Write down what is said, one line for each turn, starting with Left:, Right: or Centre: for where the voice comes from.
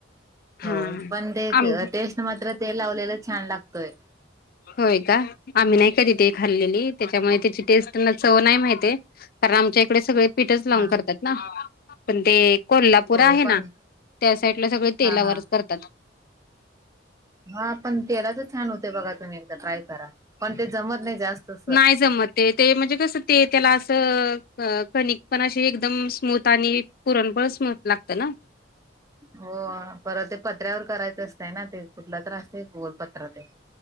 Left: हा
Right: हो पण ते
Left: आम
Right: मात्र ते लावलेला छान लागतोय.
Left: होय का आम्ही नाही कधी ते खाल्लेली त्याच्यामुळे त्याची टेस्ट त्यांना चव नाही माहितीय. कारण आमच्या इकडे सगळे पीठच लावून
Right: हा
Left: करतात ना पण ते कोल्हापूर
Right: होय
Left: आहे ना
Right: पण
Left: त्या साईडला सगळे तेलावरच
Right: हा हा
Left: करतात.
Right: हा पण तेलाच छान होते बघा तुम्ही एकदा ट्राय करा पण ते जमत नाही जास्त. अस
Left: नाही जमत. ते ते म्हणजे कसं ते त्याला असं कणिक पण अे एकदम स्मूथ आणि पुरण पण स्मूथ लागत ना?
Right: हो परत ते पत्र्यावर करायचं असतंय ना ते कुठला त्रास आहे गोलपत्र ते